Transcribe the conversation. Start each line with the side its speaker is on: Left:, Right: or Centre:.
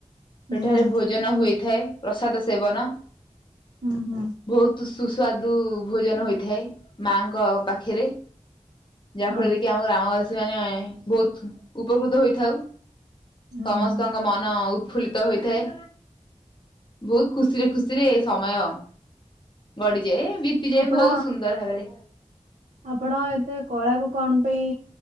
Right: ହୁଁ
Left: ସେଠାରେ
Right: ହୁଁ ହୁଁ
Left: ଭୋଜନ ହୋଇଥାଏ ପ୍ରସାଦ ସେବନ
Right: ହୁଁ ହୁଁ।
Left: ଭୋଉତ୍ ସୁସ୍ୱାଦୁ ଭୋଜନ ହୋଇଥାଏ ମାଙ୍କ ପାଖରେ। ଯାହା
Right: ହଁ
Left: ଫଳରେକି ଆମ ଗ୍ରାମବାସୀ ମାନେ ବହୁତ୍ ଉପକୃତ ହୋଇଥାଉ
Right: ହୁଁ ହୁଁ
Left: ସମ ସ୍ତଙ୍କ ମନ ଉତ୍ଫୁଲ୍ଲିତ ହୋଇଥାଏ। ବହୁତ୍ ଖୁସିରେ ଖୁସିରେ ସମୟ ଗଡ଼ିଯାଏ ଏବି ବିତି ଯାଏ
Right: ଆପଣ
Left: ବହୁତ୍ ସୁନ୍ଦର ଭାବରେ।
Right: ଆପଣ ଏତେ କଳାକୁ କଣ ପାଇଁ